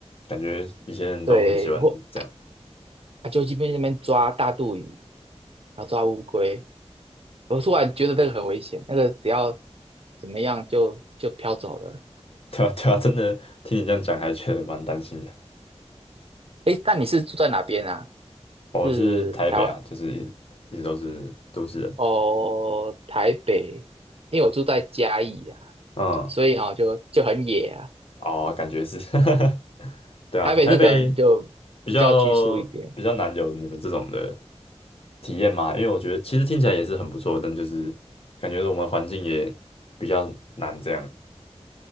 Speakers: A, on the left (about 55°); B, on the right (about 60°).
A: 感觉以前人都很喜欢这样，
B: 对，或啊就这边那边抓大肚鱼，然后抓乌龟。我突然觉得那个很危险，那个只要怎么样就就飘走了。
A: <laughs> 对啊，对啊，真的听你这样讲，还觉得蛮担心的。
B: 哎，那你是住在哪边啊？
A: 我是台北啊，
B: 是台湾
A: 就是一一直都是都市人，
B: 哦，台北，因为我住在嘉义啊，
A: 嗯，
B: 所以哈、哦就就很野啊。
A: 哦，感觉是，<laughs> 对啊，
B: 台北是可能就比较拘束一点，
A: 台北比较比较难有你们这种的体验嘛，因为我觉得其实听起来也是很不错，但就是感觉我们环境也比较难这样，